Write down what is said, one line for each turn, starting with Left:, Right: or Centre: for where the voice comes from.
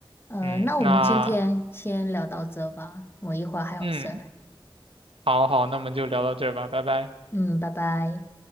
Left: 呃，
Right: 嗯，
Left: 那我们今天先聊到这吧，
Right: 那
Left: 我一会儿还有事儿。
Right: 嗯，好好，那我们就聊到这儿吧，拜拜。
Left: 嗯，拜拜。